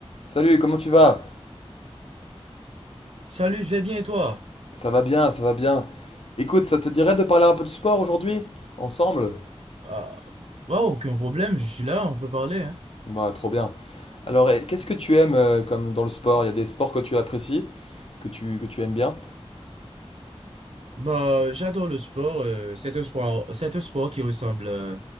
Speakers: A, on the left; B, on the right.
A: Salut, comment tu vas?
B: Salut, je vais bien et toi?
A: Ça va bien, ça va bien. Écoute, ça te dirait de parler un peu de sport aujourd'hui? Ensemble?
B: Ah, bah, aucun problème, je suis là, on peut parler, hein.
A: Bah, trop bien. Alors, eh, qu'est-ce que tu aimes euh, comme dans le sport? Il y a des sports que tu apprécies, que tu, que tu aimes bien?
B: Bah, j'adore le sport, euh, c'est un sport, c'est un sport qui ressemble, euh,